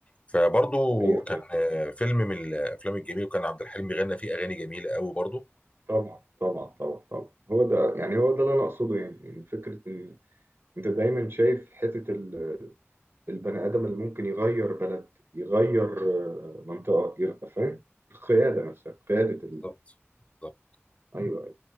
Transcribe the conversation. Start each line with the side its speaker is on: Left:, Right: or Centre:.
Left: فبرضو
Right: ايوه
Left: كان
Right: ايوه
Left: آه، فيلم من الافلام الجميله وكان عبد الحليم بيغنى فيه اغاني جميله قوي برضو
Right: طبعا طبعا طبعا طبعا هو ده يعني هو ده اللي انا اقصده يعني يعني فكره ان انت دايما شايف حته ال- البني ادم اللي ممكن يغير بلد يغير آه، منطقه يغ- فاهم القياده نفسها قياده ال...
Left: بالظبط بالظبط
Right: ايوه